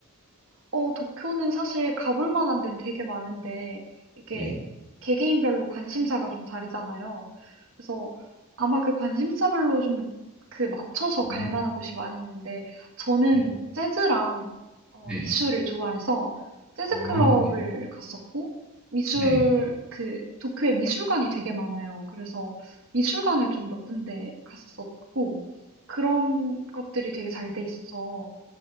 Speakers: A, on the right; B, in the centre.
A: 어, 도쿄는 사실 가볼 만한 데는 되게 많은데, 이게
B: 네.
A: 개개인별로 관심사가 좀 다르잖아요. 그래서 아마 그 관심사별로 좀 그 맞춰서
B: 음,
A: 갈 만한 곳이 많이 있는데, 저는
B: 네.
A: 재즈랑 어,
B: 네.
A: 미술을 좋아해서 재즈
B: 어,
A: 클럽을
B: 네.
A: 갔었고, 미술,
B: 네.
A: 그, 도쿄에 미술관이 되게 많아요. 그래서 미술관을 좀 몇 군데 갔었고, 그런 것들이 되게 잘 돼 있어서,